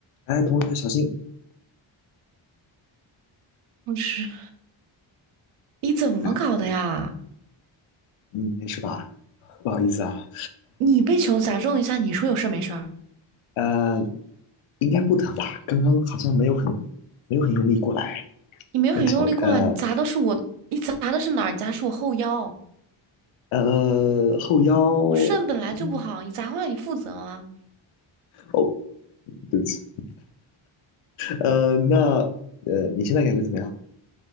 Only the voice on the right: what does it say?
不是，你怎么搞的呀？
你被球砸中一下，你说有事儿没事儿？
你没有很用力过来，
你砸的是我，你砸的是哪儿？你砸的是我后腰，
我肾本来就不好，
你砸坏了你负责吗？